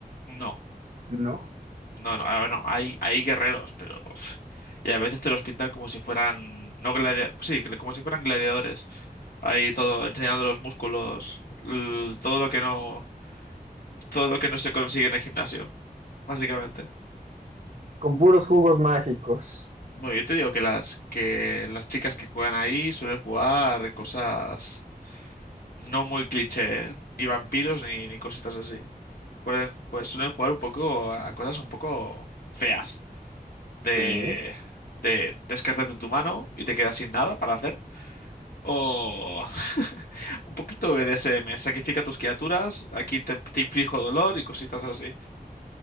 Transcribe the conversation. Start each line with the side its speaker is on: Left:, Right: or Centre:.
Left: No,
Right: ¿No?
Left: no, no. ah, Bueno, hay, hay guerreros, pero... uf, y a veces te los pintan como si fueran... No gladiadores, sí, como si fueran gladiadores. Ahí todo, enseñando los músculos, l- todo lo que no, todo lo que no se consigue en el gimnasio, básicamente.
Right: Con puros jugos mágicos.
Left: Bueno, yo te digo que las, que las chicas que juegan ahí suelen jugar cosas no muy cliché, ¿eh? Ni vampiros ni, ni cositas así. Juegan- pues suelen jugar un poco a cosas un poco feas. De,
Right: Sí.
Left: de descártate tu mano y te quedas sin nada para hacer. O <laughs> un poquito BDSM, sacrifica tus criaturas, aquí te, te inflijo dolor y cositas así.